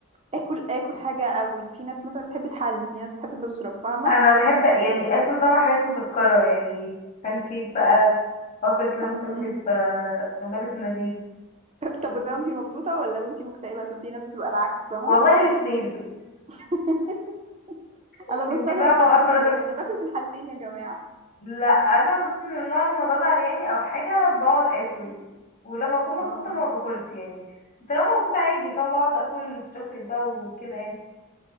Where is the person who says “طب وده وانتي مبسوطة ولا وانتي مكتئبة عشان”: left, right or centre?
Right